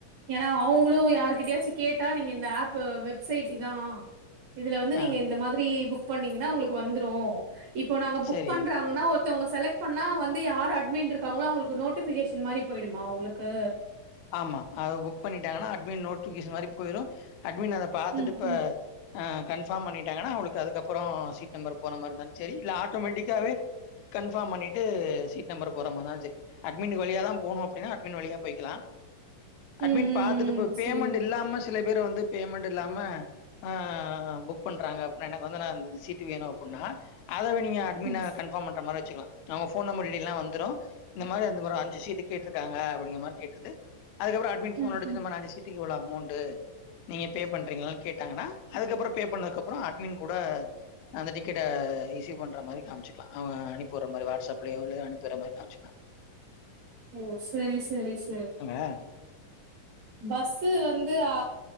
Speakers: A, on the right; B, on the left.
A: ஏன்னா அவங்களு யாருகிட்டயாச்சு கேட்டா நீங்க இந்த ஏப்பு வெப்சைட் இதா இதுல வந்து
B: ஆ
A: நீங்க இந்த மாதிரி புக் பன்னீங்கன்னா உங்களுக்கு வந்துரு இப்போ நாங்க புக்
B: சரி.
A: பண்றாங்கன்னா ஒர் ஒருத்தவங்க செலெக்ட் பண்ணா வந்து யாரு அட்மின்ருக் காங்களோ அவங்களுக்கு நோட்டிபிகேஷன் மாரி போயிடுமா உங்களுக்கு
B: ஆமா அது புக் பண்ணிட்டாங்கன்னா அட்மின் நோட்டிபிகேஷன் மாரி போயிரு அட்மின் அத பாத்துட்டு
A: ம்,
B: இப்ப
A: ம்.
B: ஆ கன்ஃபாம் பண்ணிட்டாங்கன்னா அவங்களுக்கு அதுக்கப்புறோ சீட் நம்பர் போற மாரி இருந்தாலு சேரி இல்ல ஆட்டோமேட்டிக்காவே கன்ஃபாம் பண்ணிட்டு சீட் நம்பர் போற மாரி இருந்தாலு சேரி அட்மினக்கு வழியாதா போனு அப்டின்னா அட்மின் வழியா போயிக்குலா அட்மீன்
A: ம், ம்,
B: பாத்துட்டு போய்
A: ம்.
B: பேமெண்ட்
A: சரி.
B: இல்லாம சில பேர் வந்து பேமெண்ட் இல்லாம ஆ புக் பண்றாங்க அப்புன்னா எனக்கு வந்து நா அந்த சீட்டு வேணு அப்புன்னா அதாவே நீங்க அட்மீன
A: ம்,
B: கன்ஃபாம் பண்ற மாரி வெச்சுக்கலா அவங்க ஃபோன் நம்பர் டீடைல் எல்லா வந்துரு இந்த மாரி அந்த மாரி அஞ்சு சீட்டு கேட்ருக்காங்க அப்டிங்கிற மாரி கேட்டுருந்து அதுக்கப்ற அட்மின் ஃபோன்
A: ம்,
B: அடுச்சு
A: ம்.
B: இந்த மார் நா அஞ்சு சீட்டிக் இவ்ளோ ஆவு அமௌன்டு நீங்க பே பண்றீங்களான் கேட்டாங்கனா அதுக்கப்றொ பே பண்ணதுக்கப்றொ அட்மின் கூட அந்த டிக்கெட்ட ரிசீவ் பண்ற மாரி காம்ச்சுக்லா அவ அனுப்பிவுற மாரி வாட்ஸ்அப்லயோ இல்லயோ அனுப்பிவுற மாரி காம்ச்சுக்லா
A: ஓ செரி செரி செரி
B: கா
A: பஸ்ஸு வந்து ஆ